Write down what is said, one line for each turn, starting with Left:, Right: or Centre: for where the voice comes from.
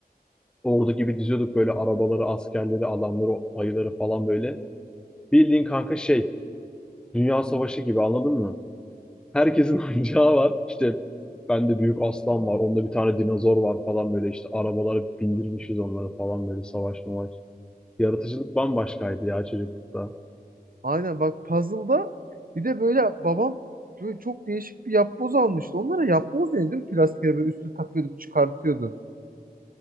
Centre: Ordu gibi diziyorduk böyle arabaları, askerleri, adamları, o ayıları falan böyle. Bildiğin kanka şey Dünya Savaşı gibi anladın mı? herkesin <laughs> oyuncağı var. İşte bende büyük aslan var. Onda bir tane dinozor var falan böyle işte arabalara bindirmişiz onları falan böyle savaş mavaş. Yaratıcılık bambaşkaydı ya çocuklukta.
Right: Aynen bak puzzle'da bir de böyle babam böyle çok değişik bir yapboz almıştı. Onlara yapboz neydi? Plastik böyle üstü takıyorduk çıkartıyordu.